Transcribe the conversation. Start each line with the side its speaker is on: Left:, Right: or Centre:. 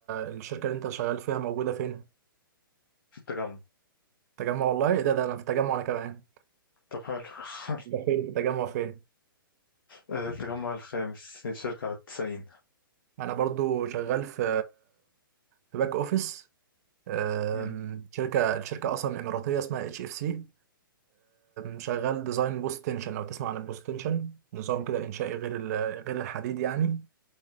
Right: الشركة اللي انت شغال فيها موجودة فين
Left: في التجمع
Right: تجمع والله ايه ده ده انا في تجمع انا كمان
Left: طب حلو <laughs>
Right: انت فين في تجمع فين
Left: آه، التجمع الخامس هي شركة على التسعين
Right: انا برضو شغال في في باك اوفيس آم،
Left: مم.
Right: شركة الشركة اصلا اماراتية اسمها اتش اف سي شغال ديزاين بوست تنشن لو تسمع عن البوست تنشن نظام كده انشائي غير ال- غير الحديد يعني